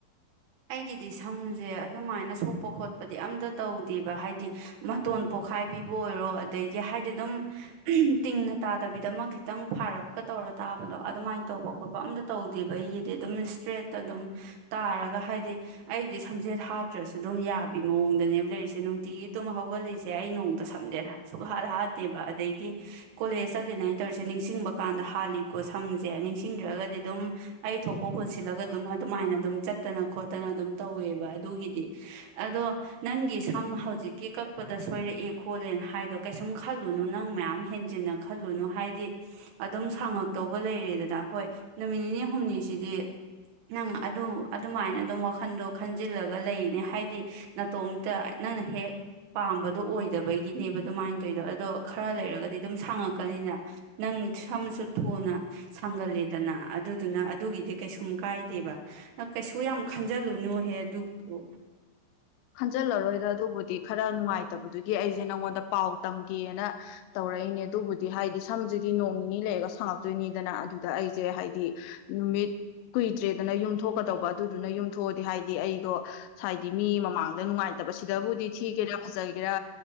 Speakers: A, on the right (about 80°); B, on the left (about 80°).
A: ꯑꯩꯒꯤꯗꯤ ꯁꯝꯁꯦ ꯑꯗꯨꯃꯥꯏꯅ ꯁꯣꯛꯄ ꯈꯣꯠꯄꯗꯤ ꯑꯝꯇ ꯇꯧꯗꯦꯕ ꯍꯥꯏꯗꯤ ꯃꯇꯣꯟ ꯄꯣꯛꯈꯥꯏꯕꯤꯕ ꯑꯣꯏꯔꯣ ꯑꯗꯒꯤ ꯍꯥꯏꯗꯤ ꯑꯗꯨꯝ ꯇꯤꯡꯅ ꯇꯥꯗꯕꯤꯗꯃꯛ ꯈꯤꯇꯪ ꯐꯥꯔꯞꯀ ꯇꯧꯔ ꯇꯥꯕꯗꯣ ꯑꯗꯨꯃꯥꯏꯅ ꯇꯧꯕ ꯈꯣꯠꯄ ꯑꯝꯇ ꯇꯧꯗꯦꯕ ꯑꯩꯒꯤꯗꯤ ꯑꯗꯨꯝ ꯏꯁꯇ꯭ꯔꯦꯠꯇ ꯑꯗꯨꯝ ꯇꯥꯔꯒ ꯍꯥꯏꯗꯤ ꯍꯥꯏꯗꯤ ꯑꯩꯗꯤ ꯁꯝꯖꯦꯠ ꯍꯥꯠꯇ꯭ꯔꯁꯨ ꯑꯗꯨꯝ ꯌꯥꯕꯤ ꯃꯑꯣꯡꯗꯅꯦꯕ ꯂꯩꯔꯤꯁꯦ ꯅꯨꯡꯇꯤꯒꯤ ꯇꯝ ꯍꯧꯒꯠꯂꯤꯁꯦ ꯑꯩ ꯅꯣꯡꯇ ꯁꯝꯖꯦꯠ ꯁꯨꯛ ꯍꯥꯠ ꯍꯥꯠꯇꯦꯕ ꯑꯗꯒꯤ ꯀꯣꯂꯦꯖ ꯆꯠꯂꯤꯅꯦꯥꯏꯅ ꯇꯧꯔꯤꯁꯦ ꯅꯤꯡꯁꯤꯡꯕ ꯀꯥꯟꯗ ꯍꯥꯜꯂꯤꯀꯣ ꯁꯝꯁꯦ ꯅꯤꯡꯁꯤꯡꯗ꯭ꯔꯒꯗꯤ ꯑꯗꯨꯝ ꯑꯩ ꯊꯣꯛꯄ ꯄꯨꯟꯁꯤꯜꯂꯒ ꯑꯗꯨꯝ ꯑꯗꯨꯃꯥꯏꯅ ꯑꯗꯨꯝ ꯆꯠꯇꯅ ꯈꯣ ꯇꯅ ꯑꯗꯨꯝ ꯇꯧꯋꯦꯕ ꯑꯗꯨꯒꯤꯗꯤ ꯑꯗꯣ ꯅꯪꯒꯤ ꯁꯝ ꯍꯧꯖꯤꯛꯀꯤ ꯀꯛꯄꯗ ꯁꯣꯏꯔꯛꯑꯦ ꯈꯣꯠꯂꯦꯅ ꯍꯥꯏꯗꯣ ꯀꯩꯁꯨꯝ ꯈꯜꯂꯨꯅꯨ ꯅꯪ ꯃꯌꯥꯝ ꯍꯦꯟꯖꯤꯟꯅ ꯈꯜꯂꯨꯅꯨ ꯍꯥꯏꯗꯤ ꯑꯗꯨꯝ ꯁꯥꯡꯉꯛꯇꯧꯕ ꯂꯩꯔꯦꯗꯅ ꯍꯣꯏ ꯅꯨꯃꯤꯠ ꯅꯤꯅꯤ ꯍꯨꯝꯅꯤꯁꯤꯗꯤ ꯅꯪ ꯑꯗꯨ ꯑꯗꯨꯃꯥꯏꯅ ꯑꯗꯨꯝ ꯋꯥꯈꯟꯗꯣ ꯈꯟꯖꯤꯜꯂꯒ ꯂꯩꯅꯦ ꯍꯥꯏꯗꯤ ꯅꯥꯇꯣꯝꯇ ꯅꯪꯅ ꯍꯦꯛ ꯄꯥꯝꯕꯗꯣ ꯑꯣꯏꯗꯕꯒꯤꯅꯦꯕ ꯑꯗꯨꯃꯥꯏꯅ ꯇꯧꯣꯏꯗꯣ ꯑꯗꯣ ꯈꯔ ꯂꯩꯔꯒꯗꯤ ꯑꯗꯨꯝ ꯁꯥꯡꯉꯛꯀꯅꯤꯅ ꯅꯪ ꯁꯝꯁꯨ ꯊꯨꯅ ꯁꯥꯡꯒꯂꯦꯗꯅ ꯑꯗꯨꯗꯨꯅ ꯑꯗꯨꯒꯤꯗꯤ ꯀꯩꯁꯨꯝ ꯀꯥꯏꯗꯦꯕ ꯀꯩꯁꯨ ꯌꯥꯝ ꯈꯟꯖꯤꯜꯂꯨꯅꯨꯍꯦ ꯑꯗꯨꯕꯨ
B: ꯈꯟꯖꯤꯜꯂꯔꯣꯏꯗ ꯑꯗꯨꯕꯨꯗꯤ ꯈꯔ ꯅꯨꯡꯉꯥꯏꯇꯕꯗꯨꯒꯤ ꯑꯩꯁꯦ ꯅꯪꯉꯣꯟꯗ ꯄꯥꯎ ꯇꯝꯒꯦꯅ ꯇꯧꯔꯛꯏꯅꯦ ꯑꯗꯨꯕꯨꯗꯤ ꯍꯥꯏꯗꯤ ꯁꯝꯁꯤꯗꯤ ꯅꯣꯡ ꯅꯤꯅꯤ ꯂꯩꯔꯒ ꯁꯪꯉꯛꯇꯣꯏꯅꯤꯗꯅ ꯑꯗꯨꯗ ꯑꯩꯁꯦ ꯍꯥꯏꯗꯤ ꯅꯨꯃꯤꯠ ꯀꯨꯏꯗ꯭ꯔꯦꯗꯅ ꯌꯨꯝꯊꯣꯛꯀꯗꯧꯕ ꯑꯗꯨꯗꯨꯅ ꯌꯨꯝꯊꯣꯛꯑꯗꯤ ꯍꯥꯏꯗꯤ ꯑꯩꯗꯣ ꯍꯥꯏꯗꯤ ꯃꯤ ꯑꯃ ꯃꯥꯡꯗ ꯅꯨꯡꯉꯥꯏ ꯐꯠꯇꯕ ꯁꯤꯗꯕꯨꯗꯤ ꯊꯤꯒꯦꯔꯥ ꯐꯖꯒꯦꯔꯥ